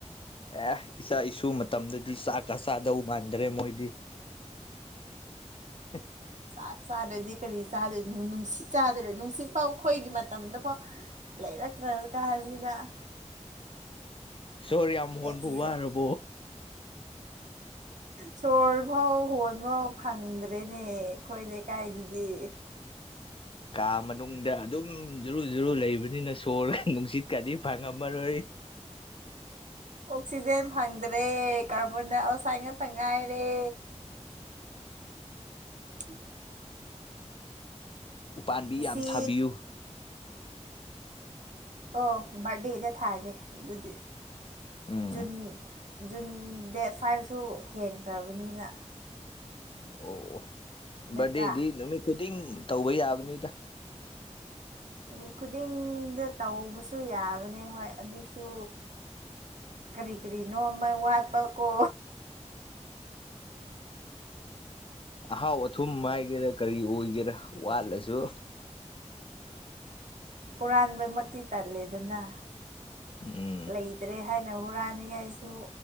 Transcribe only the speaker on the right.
ꯆꯥꯛ ꯆꯥꯗ꯭ꯔꯗꯤ ꯀꯔꯤ ꯆꯥꯗꯣꯏꯅꯣ ꯅꯨꯡꯁꯤꯠ ꯆꯥꯗꯣꯏꯔ ꯅꯨꯡꯁꯤꯠ ꯐꯥꯎ ꯑꯩꯈꯣꯏꯒꯤ ꯃꯇꯝꯗ ꯐꯥꯎ ꯂꯩꯔꯛꯇ꯭ꯔ ꯀꯥꯟꯁꯤꯗ꯫
ꯅꯦꯛꯁꯁꯦ
ꯁꯣꯔ ꯐꯥꯎ ꯍꯣꯟꯕ ꯐꯪꯗ꯭ꯔꯦꯅꯦ ꯑꯩꯈꯣꯏ ꯂꯩꯀꯥꯏꯗꯗꯤ꯫
ꯑꯣꯛꯁꯤꯖꯦꯟ ꯐꯪꯗ꯭ꯔꯦ ꯀꯥꯔꯕꯣꯟ ꯗꯥꯏꯑꯣꯛꯁꯥꯏꯠ ꯉꯥꯛꯇ ꯉꯥꯏꯔꯦ꯫ <inaudible>
ꯉꯁꯤ
ꯑꯣ ꯕꯥꯔꯠꯗꯦꯗ ꯊꯥꯒꯦ ꯑꯗꯨꯗꯤ꯫
ꯖꯨꯟ ꯖꯨꯟ ꯗꯦꯠ ꯐꯥꯏꯚꯁꯨ ꯍꯦꯟꯈ꯭ꯔꯕꯅꯤꯅ꯫
ꯅꯠꯇ꯭ꯔꯥ
ꯅꯨꯃꯤꯠ ꯈꯨꯨꯗꯤꯡꯗ ꯇꯧꯕꯁꯨ ꯌꯥꯕꯅꯦ ꯍꯣꯏ ꯑꯗꯨꯁꯨ ꯀꯔꯤ ꯀꯔꯤꯅꯣ ꯑꯃ ꯋꯥꯠꯄꯀꯣ꯫
ꯍꯨꯔꯥꯟꯕꯃꯛꯇꯤ ꯇꯜꯂꯦꯗꯅ꯫
ꯂꯩꯇ꯭ꯔꯦ ꯍꯥꯏꯅ ꯍꯨꯔꯥꯟꯅꯤꯉꯥꯏꯁꯨ